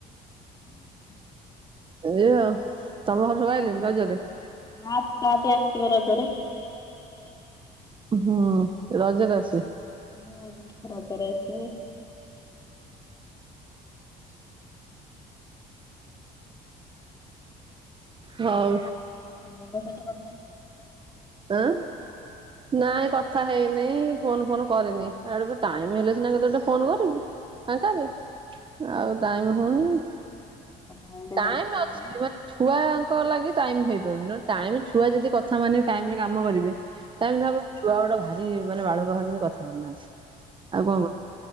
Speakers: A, on the left; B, on the right.
A: ହୁଁ
B: ଏଇୟା ଆଉ, ତମ ଘରେ ସବୁ ଆଇଲେଣି ରଜରେ?
A: ନା ଆସିନାହାନ୍ତି ଆସିବେ ରଜରେ।
B: ହୁଁ ରଜରେ ଆସିବେ?
A: ହୁଁ ରଜରେ ଆସିବେ।
B: ହଉ।
A: ତମ ବୋଉଙ୍କ ସହିତ କଥା ହେଇଛ?
B: ଆଁ? ନାଇଁ କଥା ହେଇନି ଫୋନ ଫୋନ କରିନି ଆଡେ ଟାଇମ ହେଲେ ସିନା କେତେବେଳେ ଗୋଟେ ଫୋନ କରିବୁ। ଫାଙ୍କାରେ, ଆଉ ଟାଇମ ହଉନି
A: ବାଳୁଙ୍ଗା
B: ଟାଇମ
A: ସହିତ
B: ଅଛି ମାନେ ଛୁଆଙ୍କ ଲାଗି ଟାଇମ୍ ହେଇପାରୁନି ନହେଲେ ଟାଇମ୍ ଛୁଆ ଯଦି କଥା ମାନି ଟାଇମରେ କାମ କରିବେ ଟାଇମ୍ ହେବ, ଛୁଆଗୁଡା ଭାରି ମାନେ ବାଳୁଙ୍ଗା ହଉଛନ୍ତି କଥା ମାନୁନାହାନ୍ତି। ଆଉ କଣ